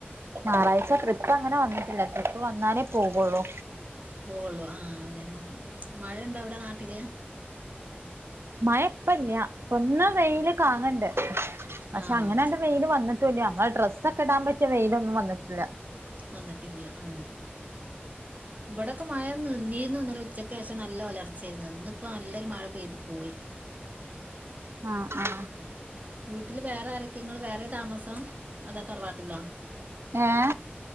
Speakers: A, on the right; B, on the right.
A: ഞായറാഴ്ച ട്രിപ്പ് അങ്ങനെ വന്നിട്ടില്ല ട്രിപ്പ് വന്നാലേ പോവുള്ളൂ
B: പോള്ളു ആഹ അങ്ങനെയ മഴയുണ്ടവിടെ നാട്ടില്
A: മയപ്പല്ല ഇപ്പൊ ഒന്ന് വെയില് കാണണ് ണ്ട് പക്ഷെ
B: ആഹ്
A: അങ്ങനെണ്ട് വെയില് വന്നിട്ട് പ ഞമ്മളെ ഡ്രസ്സ ഒക്കെ ഇടാൻ പറ്റിയ വെയിലൊന്നും വന്നിട്ടില്ല
B: വന്നിട്ടില്ല ആ ഇവിടെയൊക്കെ മഴ നന്നിന്ന്ന്നലെ ഉച്ചയ്ക്ക് ശേഷം നല്ല ഉലർച്ചയായിരുന്നു ഇന്നിപ്പോ നല്ലൊരു മഴ പെയ്തു പോയി
A: ആഹ് ആ
B: വീട്ടിൽ വേറെ ആരൊക്കെ നിങ്ങൾ വേറെ താമസം അതോതറവാട്ടിലോ
A: ഏ